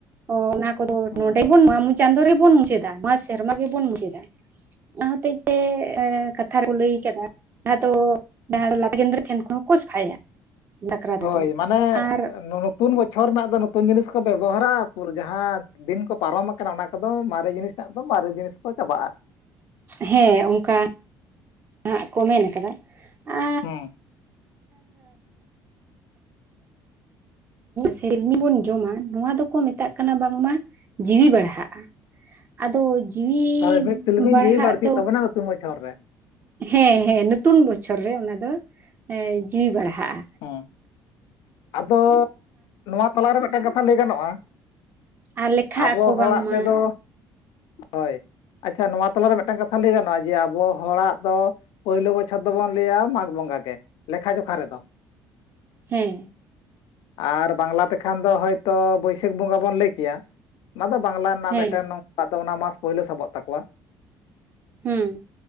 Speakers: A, on the right (about 30°); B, on the left (about 70°).
A: ᱚ ᱚᱱᱟ ᱠᱚᱫᱚ
B: ᱦᱮᱸ
A: ᱱᱚᱰᱮ ᱵᱚᱱ ᱚᱣᱟ ᱢᱩ ᱪᱟᱸᱫᱳ ᱨᱮᱵᱚᱱ ᱢᱩᱪᱟᱹᱫᱟ ᱱᱚᱣᱟ ᱥᱮᱨᱢᱟ ᱜᱮᱵᱚᱱ ᱢᱩᱪᱟᱹᱫᱟ, ᱚᱱᱟ ᱦᱚᱛᱮᱡ ᱛᱮ ᱮ ᱠᱟᱛᱷᱟ ᱨᱮᱠᱚ ᱞᱟᱹᱭ ᱠᱟᱫᱟ, ᱡᱟᱦᱟᱸ ᱫᱚ ᱡᱟᱦᱟᱸ ᱫᱚ ᱞᱟᱛ ᱜᱮᱸᱫᱽᱨᱮᱡ ᱴᱷᱮᱱ ᱠᱷᱚᱱ ᱦᱚᱸᱠᱚ ᱥᱟᱯᱷᱟᱭᱟ, ᱥᱟᱠᱨᱟᱛ
B: ᱦᱚᱭ
A: ᱨᱮᱫᱚ
B: ᱢᱟᱱᱮ
A: ᱟᱨ
B: ᱱᱚ ᱱᱚᱛᱩᱱ ᱵᱚᱪᱷᱚᱨ ᱨᱮᱱᱟᱜ ᱫᱚ ᱱᱚᱛᱩᱱ ᱡᱤᱱᱤᱥ ᱠᱚ ᱵᱮᱵᱚᱦᱟᱨᱟ ᱡᱟᱦᱟᱸ ᱫᱤᱱ ᱠᱚ ᱯᱟᱨᱚᱢ ᱟᱠᱟᱱᱟ ᱚᱱᱟ ᱠᱚᱫᱚ ᱢᱟᱨᱮ ᱡᱤᱱᱤᱥ ᱨᱮᱱᱟᱜ ᱫᱚ ᱢᱟᱨᱮ ᱡᱤᱱᱤᱥ ᱠᱚ ᱪᱟᱵᱟᱜ-ᱟ,
A: ᱦᱮᱸ ᱚᱝᱠᱟ ᱦᱟᱸᱜ ᱠᱚ ᱢᱮᱱ ᱠᱟᱫᱟ ᱟ
B: ᱦᱩᱸ
A: ᱥᱮᱞᱢᱤ ᱵᱚᱱ ᱡᱚᱢᱟ ᱱᱚᱣᱟ ᱫᱚᱠᱚ ᱢᱮᱛᱟᱜ ᱠᱟᱱᱟ ᱵᱟᱝᱢᱟ ᱡᱤᱣᱤ ᱵᱟᱲᱦᱟᱜ-ᱟ ᱟᱫᱚ ᱡᱤᱣᱤ
B: ᱦᱳᱭ ᱢᱤᱫ ᱛᱤᱞᱢᱤᱧ
A: ᱵᱟᱲᱦᱟᱜ
B: ᱡᱤᱣᱤ ᱵᱟᱹᱲᱛᱤᱜ
A: ᱫᱚ
B: ᱛᱟᱵᱚᱱᱟ ᱱᱚᱛᱩᱱ ᱵᱚᱪᱷᱚᱨ ᱨᱮ
A: ᱦᱮᱸ ᱦᱮᱸ ᱱᱚᱛᱩᱱ ᱵᱚᱪᱷᱚᱨ ᱨᱮ ᱚᱱᱟ ᱫᱚ ᱡᱤᱣᱤ ᱮ ᱵᱟᱲᱦᱟᱜ-ᱟ᱾
B: ᱦᱩᱸ ᱟᱫᱚ ᱱᱚᱣᱟ ᱛᱟᱞᱟᱨᱮ ᱢᱮᱫᱴᱮᱱ ᱠᱟᱛᱷᱟ ᱞᱟᱹᱭ ᱜᱟᱱᱚᱜ-ᱟ᱾
A: ᱟᱨ ᱞᱮᱠᱷᱟᱜ
B: ᱟᱵᱚ
A: ᱟᱠᱚ
B: ᱦᱚᱲᱟᱜ
A: ᱵᱟᱝᱢᱟ
B: ᱛᱮᱫᱚ ᱦᱚᱭ ᱟᱪᱪᱷᱟ ᱱᱚᱣᱟ ᱛᱟᱞᱟᱨᱮ ᱢᱮᱫᱴᱟᱝ ᱠᱟᱛᱷᱟ ᱞᱟᱹᱭ ᱜᱟᱱᱚᱜ-ᱟ ᱡᱮ ᱟᱵᱚ ᱦᱚᱲᱟᱜ ᱫᱚ᱾ ᱯᱳᱭᱞᱳ ᱵᱚᱪᱷᱚᱨ ᱫᱚᱵᱚᱱ ᱞᱟᱹᱭᱟ ᱢᱟᱜᱽ ᱵᱚᱸᱜᱟ ᱜᱮ ᱞᱮᱠᱷᱟ ᱡᱚᱠᱷᱟ ᱨᱮᱫᱚ,
A: ᱦᱮᱸ
B: ᱟᱨ ᱵᱟᱝᱞᱟ ᱛᱮᱠᱷᱟᱱ ᱫᱚ ᱦᱚᱭᱛᱚ ᱵᱟᱹᱭᱥᱟᱹᱠᱷ ᱵᱚᱸᱜᱟ ᱵᱚᱱ ᱞᱟᱹᱭ ᱠᱮᱭᱟ᱾ ᱚᱱᱟ ᱫᱚ ᱵᱟᱝᱞᱟ ᱨᱮᱱᱟᱜ
A: ᱦᱮᱸ
B: ᱢᱤᱫᱴᱮᱱ ᱱᱚᱝ ᱚᱱᱟ ᱢᱟᱥ ᱯᱳᱭᱞᱳ ᱥᱟᱵᱚᱜ ᱛᱟᱠᱚᱣᱟ,
A: ᱦᱩᱸ